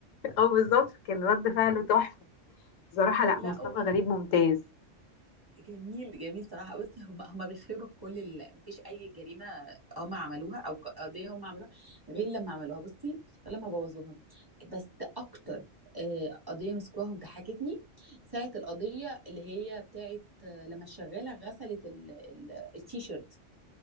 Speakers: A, on the left; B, on the right.
A: اه بالظبط كان رد فعله تحفة بصراحة لا
B: لا
A: مصطفى غريب ممتاز
B: جميل، جميل صراحة. بُص، هم هم بيخربوا كل ال ما فيش أي جريمة هم عملوها أو ق قضية هم عملوها غير لمّا عملوها بُصّي، غير لمّا بوّظوها. بس أكتر آآ قضية مسكوها وضحكتني، ساعة القضية اللي هي بتاعة لمّا الشغالة غسلت ال ال التيشيرت،